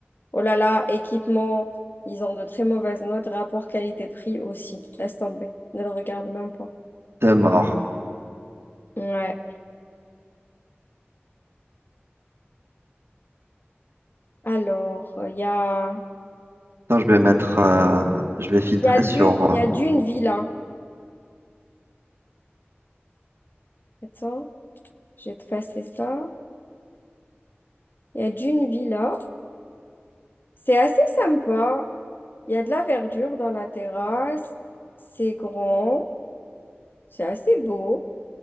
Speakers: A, on the left (about 50°); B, on the right (about 70°).
A: Oh là là, équipement, ils ont de très mauvaises notes. Rapport qualité-prix aussi. Laisse tomber. Ne le regarde même pas.
B: T'es mort.
A: Ouais. Alors, euh, il y a,
B: Attends, je vais mettre, euh, je vais filtrer
A: il y a d'une,
B: sur.
A: il
B: euh,
A: y a d'une villa. Attends, je vais te passer ça. Il y a d'une villa. C'est assez sympa. Il y a de la verdure dans la terrasse. C'est grand. C'est assez beau.